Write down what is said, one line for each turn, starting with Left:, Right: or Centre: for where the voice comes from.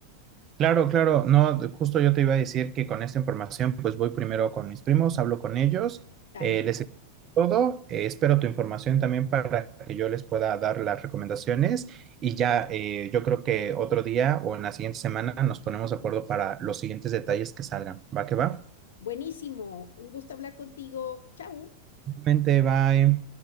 Right: Claro, claro, no, de- justo yo te iba a decir que con esta información, pues voy primero con mis primos, hablo con ellos,
Left: Dale.
Right: eh, les explico todo, eh, espero tu información también para que yo les pueda dar las recomendaciones y ya eh, yo creo que otro día o en la siguiente semana nos ponemos de acuerdo para los siguientes detalles que salgan. ¿Va que va?
Left: Buenísimo. Un gusto hablar contigo. Chau.
Right: Mente, bye.